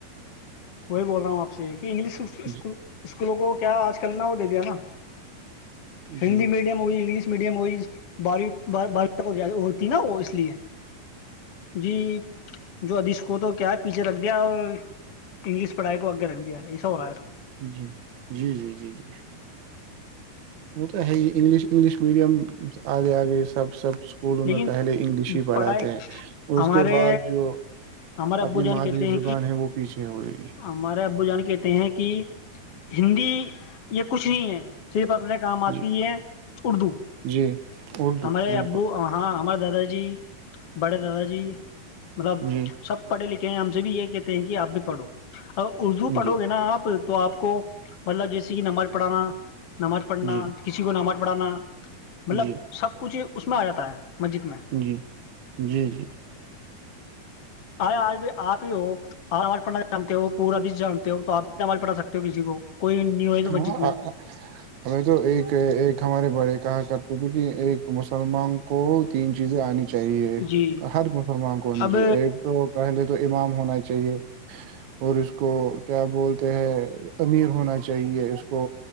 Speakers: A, on the left (about 50°); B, on the right (about 60°).
A: کوی بول رہا ہوں آپ سے کہ انگلش
B: جی
A: اسکولوں کو کیا آج کل نہ ہوتا دیا نا ہندی
B: جی
A: میڈیم ہوئی انگلش میڈیم ہو بارویں بار ہوتی نا وہ اس لیے جی جو ادیش کو تو کیا ہے پیچھے رکھ دیا اور انگلش پڑھائی کو اگے رکھ دیا ایسا ہو رہا ہے س
B: جی جی جی جی وہ تو ہے انگلش انگلش میڈیم آگے آگے سب سب اسکولوں میں
A: لیکن
B: پہلے انگلش ہی پڑھاتے
A: پڑھائی
B: ہیں اس
A: ہمارے
B: کے بعد جو
A: ہمارے ابو
B: اپنی
A: جان
B: مادری
A: کہتے ہیں
B: زبان
A: کہ
B: ہے وہ پیچھے ہو رہی
A: ہمارے ابو جان کہتے ہیں کہ ہندی یہ کچھ نہیں ہے صرف اپنے کام آتی
B: جی
A: ہے اردو
B: جی اردو
A: ہمارے
B: بالکل
A: ابو ہاں ہمارے دادا جی بڑے دادا جی مطلب
B: جی
A: سب پڑھے لکھے ہم سے بھی یہ کہتے ہیں کہ آپ بھی پڑھو ہ اردو پڑھو
B: جی
A: گے نا آپ تو آپ کو مطلب جیسے کہ نمباز پڑھانا نماز پڑھنا
B: جی
A: کسی کو نماز کپڑاانا مطلب
B: جی
A: سب کچھ اس میں آ جاتا ہے مسجد میں
B: جی جی جی
A: آ آج بھی آپ ہو آرام آٹ پٹن جانتے ہو پورا دیس جانتے ہو تو آپ آواز پڑھ سکتے ہو کسی کو کوئی نیو ہے تو
B: ہاں
A: مسجد میں
B: ہمیں تو ایک ایک ہمارے بڑے کہاں کر تو د کہ ایک مسلمان کو تین چیزیں آنی چاہیے
A: جی
B: ہر مسلمان کو ہونی
A: اب
B: چاہیے ایک تو پہلے تو امام ہونا چاہیے اور اس کو کیا بولتے ہیں امیر ہونا چاہ چاہیے اس کو